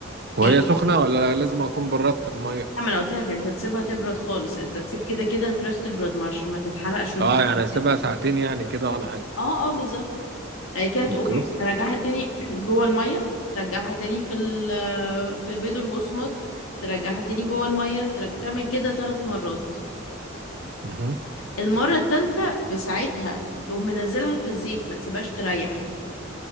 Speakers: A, on the right; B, on the left.
A: وهي
B: ايه،
A: سخنه ولا لازم اكون بردت الميه
B: لا، ما انا قلت لك انت تسيبها تبرد خالص انت تسيب كده كده الفراخ تبرد ما عشان ما تتحرقش وانت
A: اه
B: بتمسك.
A: يعني اسيبها ساعتين يعني كده ولا حاجه
B: اه اه بالظبط هي كده تقوم
A: اوكي
B: ترجعها تاني <clears throat> جوه الميه ترجعها تاني في ال <clears throat> في البيض والبقسماط ترجعها تاني جوه الميه ترج... تعمل كده ثلاث مرات
A: مم.
B: المره الثالثه في ساعتها تقوم منزلها في الزيت ما تسيبهاش تريح